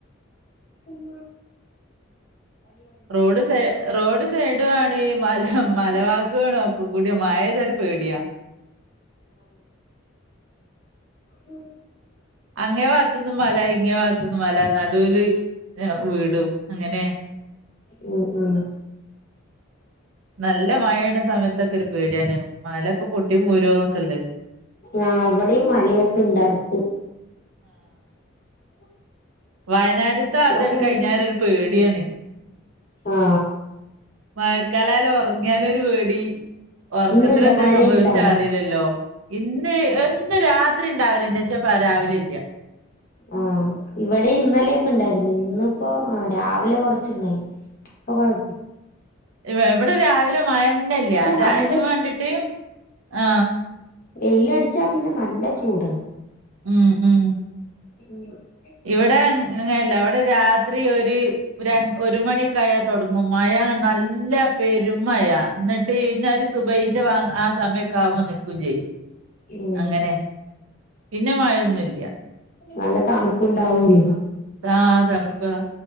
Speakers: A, on the left (about 45°); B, on the right (about 85°).
A: ഉം
B: റോഡ് സൈ റോഡ് സൈഡ്യാണ് മല മലവാ ണോക്ക കൂടിം മഴയ്താ ഒര് പേടിയാ
A: ഉം
B: അങ്ങേ ഭാത്ത്ന്നും മല ഇങ്ങെ ഭാത്ത്ന്നും മല നടൂൽ വീടും അങ്ങനെ
A: ഓ ഓ
B: നല്ല മഴയണ സമയത്തൊക്കെ ഒരു പേടിയാണ് മലൊക്കെ പൊട്ടി പോരോന്നൊക്കെല്ലേ
A: ആ അവിടെയും മലയൊക്കെ ഇണ്ട് അടുത്ത് ഉ
B: വയനാട്ത്ത അതടു
A: പിന്നെ
B: കഴിഞ്ഞാര ഒരു പേടിയാണ്
A: ആ
B: മയക്കാലാല് ഉറങ്ങ്യാലൊരു പേടി ഉർക്കത്തില്
A: ഇന്നുണ്ടോ
B: എന്തേം
A: മഴയുണ്ടോ
B: സംഭവിച്ച
A: അവിടെ
B: അറീല്ലല്ലോ ഇന്ന് ഒന്ന് രാത് ത്രി ഉണ്ടാവില്ലണ്ട് പക്ഷെ പ രാവിലല്ല
A: ആ ഇവിടെ ഇന്നലെയൊക്കെ ഉണ്ടായിരുന്നു ഇന്നിപ്പോ ആ രാവിലെ കൊറച്ചുണ്ടായിരുന്നു പ്പൊ കൊഴ്
B: എവ വിടെ രാവിലെ മഴന്നല്ല അര
A: നല്ല
B: അയിന് വാണ്ടിട്ട് ആ
A: വെയിലടിച്ചാൽ പിന്നെ നല്ല ചൂടാ
B: ഉം ഉം
A: ഉം <unintelligible>
B: ഇവിടെ അങ്ങ് ങ്ങല്ല ഇവിടെ രാത്രി ഒരു ഒരൺ ഒര് മണിയക്കായാ തൊട്ങ്ങും മഴ യാ നല്ല പെരുമഴാ ഇന്നട്ട് ഇന്ന ഒരു സുബൈയിന്റെ ബാ ആ സമയൊക്കെ ആവുമ്പോ നി ക്കുംചെയ്യും
A: ഉം
B: അങ്ങനെ പിന്നെമഴൊന്നുല്ല
A: നല്ല തണുപ്പുണ്ടാവൂല്ല
B: ആ തണുപ്പ അ